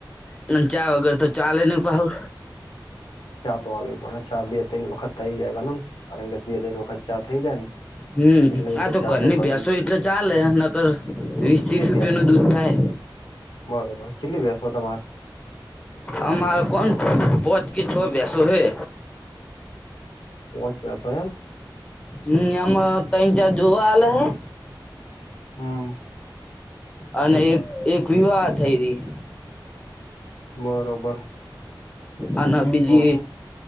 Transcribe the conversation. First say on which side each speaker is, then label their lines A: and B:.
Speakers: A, on the left; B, on the left.
A: પણ ચા વગર તો ચાલે નહી પાહુ.
B: ચા તો આવે પડે ચા બે ત્રણ વખત થઈ જાય ગ ને કારણ કે બે ત્રણ વખત ચા થઈ જાય ને.
A: હમ્મ,
B: એટલે એ
A: આ તો
B: ચા
A: ઘરની
B: કરવી
A: ભસો
B: જ
A: એટલે ચાલે નકર વીસ
B: ચેટલી
A: ત્રીસ રૂપિયા
B: પ્યા
A: નું દૂધ થાય.
B: બરોબર છેલ્લી બેસો તમાર?
A: અમારા કોણ પજ કે છો ભેંસો હૈ.
B: પોચા ભેંસો એમ?
A: હમ્મ, એમાં તૈઈન ચાર દુહા હાલે હૈ.
B: હા.
A: અને એક એક વિવાહ થઈ રહી.
B: બરોબર.
A: અને બીજી
B: હ હ